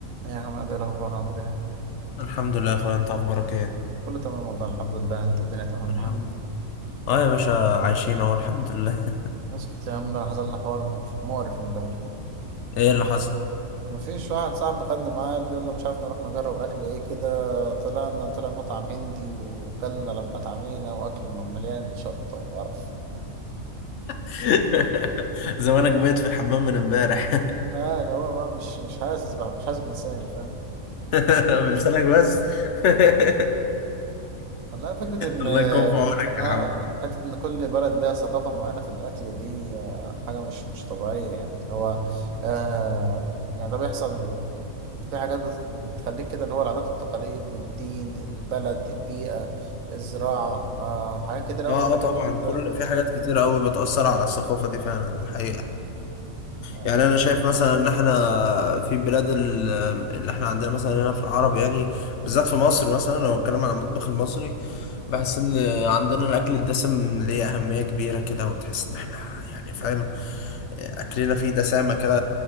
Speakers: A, on the right (about 70°); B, on the left (about 65°).
A: إيه يا حماد إيه الأخبار عامل إيه؟
B: الحمد لله يا اخويا انت اخبارك ايه
A: كله تمام والله الحمد لله أنت الدنيا تمام
B: الحمد
A: معاك
B: لله اه يا باشا عايشين اهو الحمد لله <laughs>
A: اسكت يا عم ده حصل لي حوار مقرف امبارح
B: ايه اللي حصل
A: مفيش واحد صاحبي خدني معاه قال يلا مش عارف نروح نجرب أكل إيه كده طلعنا طلع مطعم هندي وكلنا لما اتعمينا وأكل م- مليان شطة وقرف
B: <laughs> زمانك بايت في الحمام من امبارح
A: آه اللي هو بقى مش مش حاسس بقى مش حاسس بلساني فاهم
B: <laughs> بلسانك بس <laughs>
A: والله فكرة إن
B: الله يكون في عونك
A: آه
B: يا عم
A: حتة إن كل بلد لها ثقافة معينة في الأكل دي آه، حاجة مش مش طبيعية يعني هو آه يعني ده بيحصل في حاجات بت- بتخليك كده اللي هو العادات والتقاليد الدين البلد البيئة الزراعة آه حاجات كده أوي
B: اه
A: بتخليك
B: اه طبعا
A: إن أنت
B: كل
A: بت...
B: في حاجات كتير قوي بتأثر على الثقافة دي فعلا ده حقيقة
A: مم. يعني
B: يعني انا شايف مثلا ان احنا في بلاد ال- اللي احنا عندنا مثلا هنا في العرب يعني بالذات في مصر مثلا لو اتكلم عن المطبخ المصري بحس ان عندنا الاكل الدسم ليه اهميه كبيره كده وتحس ان احنا يعني فاهم اكلنا فيه دسامه كده